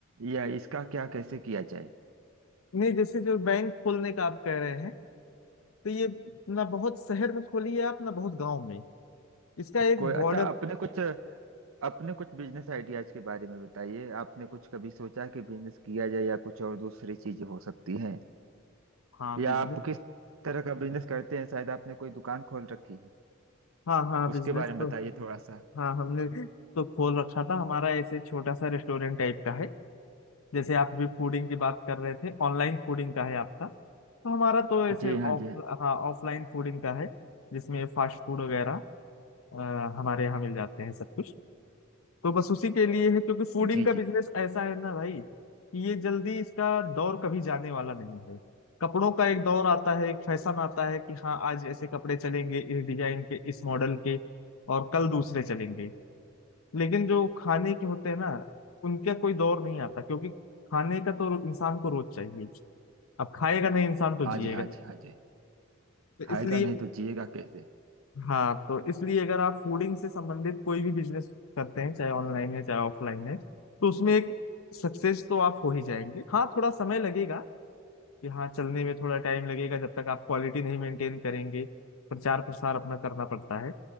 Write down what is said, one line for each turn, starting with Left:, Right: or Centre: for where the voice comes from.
Right: या इसका क्या कैसे किया जाए
Left: नहीं जैसे जो बैंक खोलने का आप कह रहे हैं तो ये ना बहुत शहर में खोलिए आप ना बहुत गांव में इसका एक
Right: कोई अच्छा
Left: बॉर्डर
Right: अपने कुछ अपने कुछ बिजनेस आइडियाज के बारे में बताइए आपने कुछ कभी सोचा कि बिजनेस किया जाए या कुछ और दूसरी चीजें हो सकती हैं
Left: हाँ
Right: या
Left: बिजनेस
Right: आप किस तरह का बिजनेस करते हैं शायद आपने कोई दुकान खोल रखी है
Left: हाँ हाँ
Right: उसके
Left: बिजनेस
Right: बारे में
Left: तो
Right: बताइए थोड़ा सा
Left: हाँ हमने तो खोल रखा था हमारा ऐसे छोटा सा रेस्टोरेंट टाइप का है जैसे आप भी फूडिंग की बात कर रहे थे ऑनलाइन फूडिंग का है आपका तो हमारा तो ऐसे
Right: जी
Left: ऑफ
Right: हाँ जी हाँ
Left: हाँ ऑफलाइन फूडिंग का है जिसमें फास्ट फूड वगैरह अ, हमारे यहाँ मिल जाते हैं सब कुछ तो बस उसी के लिए है क्योंकि फूडिंग
Right: जी
Left: का बिजनेस
Right: जी
Left: ऐसा है ना भाई कि ये जल्दी इसका दौर कभी जाने वाला नहीं है कपड़ों का एक दौर आता है एक फैशन आता है कि हाँ आज ऐसे कपड़े चलेंगे इस डिजाइन के इस मॉडल के और कल दूसरे चलेंगे लेकिन जो खाने के होते हैं ना उनका कोई दौर नहीं आता क्योंकि खाने का तो इंसान को रोज चाहिए अब खाएगा नहीं इंसान तो
Right: हाँ
Left: जिएगा
Right: जी हाँ
Left: नहीं
Right: जी हाँ जी
Left: तो
Right: खाएगा
Left: इसलिए
Right: नहीं तो जिएगा कैसे
Left: हाँ तो इसलिए अगर आप फूडिंग से संबंधित कोई भी बिजनेस करते हैं चाहे ऑनलाइन है चाहे ऑफलाइन है तो उसमें एक सक्सेस तो आप हो ही जाएंगे हाँ थोड़ा समय लगेगा कि हाँ चलने में थोड़ा टाइम लगेगा जब तक आप क्वालिटी नहीं मेंटेन करेंगे प्रचार प्रसार अपना करना पड़ता है